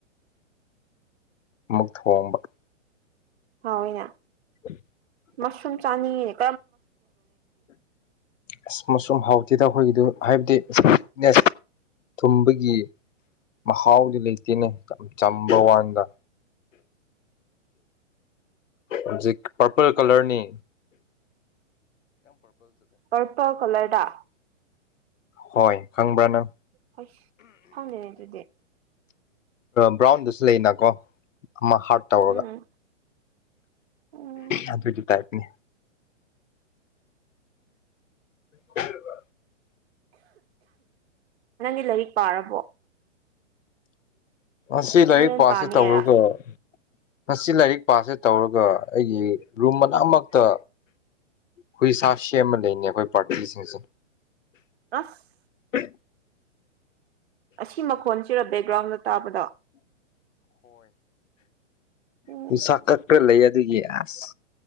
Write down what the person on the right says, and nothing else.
ꯍꯥꯎꯋꯤꯅꯥ
ꯃꯁ꯭ꯔꯨꯝ ꯆꯥꯅꯤꯡꯉꯦ
ꯄꯔꯄꯜ ꯀꯂꯔꯗ
ꯍꯣꯏꯁ ꯈꯪꯗꯦꯅꯦ ꯑꯗꯨꯗꯤ
ꯎꯝ ꯎꯝ
ꯅꯪꯗꯤ ꯂꯥꯏꯔꯤꯛ ꯄꯥꯔꯕꯣ
ꯍꯣꯔꯦꯟ
ꯄꯥꯅꯤꯔ
ꯑꯁ
ꯑꯁꯤ ꯃꯈꯣꯟꯁꯤꯔ ꯕꯦꯛꯒ꯭ꯔꯥꯎꯟꯗ ꯇꯥꯕꯗꯣ ꯎꯝ